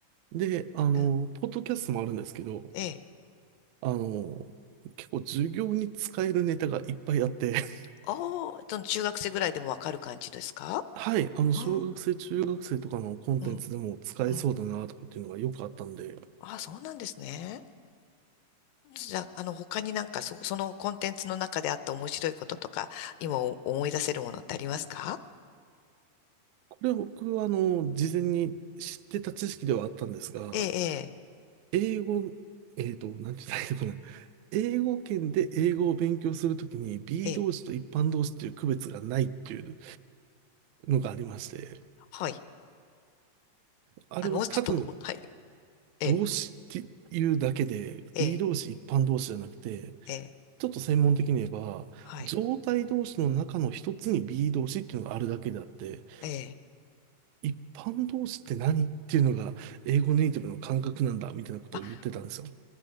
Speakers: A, on the right (about 80°); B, on the left (about 85°).
A: で、あの、
B: うん、
A: ポッドキャストもあるんですけど、
B: ええ。
A: あの、結構授業に使えるネタがいっぱいあって <laughs>
B: ああ、その中学生ぐらいでもわかる感じですか
A: はい、あの、
B: うん、
A: 小学生、
B: う
A: 中学生とかのコンテンツでも使えそうだなとかっていうのがよくあったんで、
B: ん、うん。あ、そうなんですね。じゃあ、あの、他になんか、そ、そのコンテンツの中であった面白いこととか、今お思い出せるものってありますか
A: これは僕は、あの、事前に知ってた知識ではあったんですが、
B: ええ、
A: 英語、えっと、なんて言ったらいいのかな。英語圏で英語を勉強するときに B
B: ええ、
A: 動詞と一般動詞っていう区別がないっていう
B: ええ、
A: のがありまして、
B: はい。
A: あれはただの
B: あの、もうちょっと、はい。ええ、
A: 動詞っていうだけで
B: ええ、
A: B 動詞一般動詞じゃなくて
B: ええ、
A: ちょっと専門的に言えば、
B: はい。
A: 状態動詞の中の一つに B e 動詞っていうのがあるだけであって、
B: ええ。
A: 一般動詞って何っていうのが英語ネイティブの感覚なんだみたいなことを言ってたんですよ。
B: まあ、